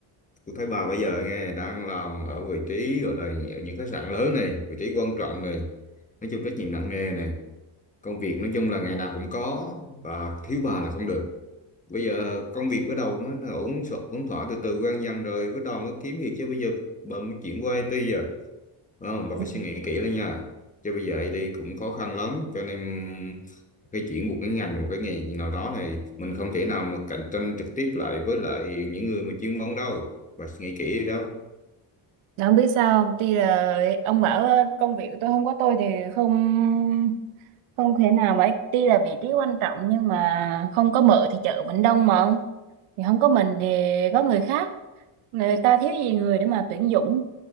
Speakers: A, on the left (about 15°); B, on the right (about 75°).
A: tôi thấy bà bây giờ nghe đang làm ở vị trí gọi là ở những khách sạn lớn này, vị trí quan trọng này, nói chung trách nhiệm nặng nề này, công việc nói chung là ngày nào cũng có và thiếu bà là không được. Bây giờ công việc bắt đầu mới nó ổn sọ- ổn thỏa từ từ quen dần rồi, bắt đầu mới kiếm việc chứ bây giờ bà mới chuyển qua IT giờ Đúng không? Bà
B: Ừ.
A: phải suy nghĩ kỹ lên nha. Chứ bây giờ IT cũng khó khăn lắm, cho nên cái chuyển một cái ngành, một cái nghề gì nào đó này, mình không thể nào mà cạnh tranh trực tiếp lại với lại những người mà chuyên môn đâu. Bà suy nghĩ kỹ đi đó.
B: Mà Không biết sao không? Tuy là ông bảo ờ, công việc của tôi không có tôi thì không không thể nào mà tuy là vị trí quan trọng nhưng mà không có mợ thì chợ vẫn đông mà ông. Thì không có mình thì có người khác. Người ta thiếu gì người để mà tuyển dụng